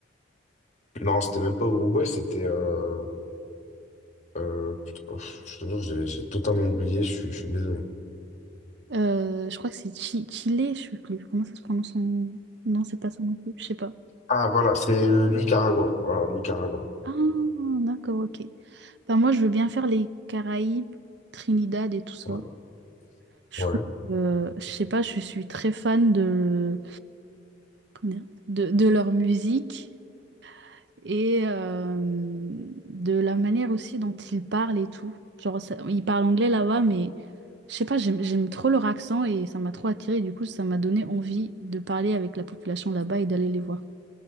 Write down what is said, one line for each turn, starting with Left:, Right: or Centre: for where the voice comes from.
Left: Non, c'était même pas Uruguay, c'était... euh, euh, putain, ouf, je te jure, j'ai j'ai totalement oublié, je suis je suis désolé.
Right: Euh, je crois que c'est Chi- Chile, je sais plus. Comment ça se prononce son... Non, c'est pas ça non plus, je sais pas.
Left: Ah voilà, c'est euh, Nicaragua. Voilà, Nicaragua.
Right: Ah, d'accord, ok. Ben, moi, je veux bien faire les Caraïbes, Trinidad et tout ça.
Left: Ouais.
Right: Je
Left: Ouais.
Right: trouve, euh, je sais pas, je suis très fan de, comment dire, de, de leur musique et euh, de la manière aussi dont ils parlent et tout. Genre, ça- ils parlent anglais là-bas, mais je sais pas, j'aime, j'aime trop leur accent et ça m'a trop attiré. Du coup, ça m'a donné envie de parler avec la population là-bas et d'aller les voir.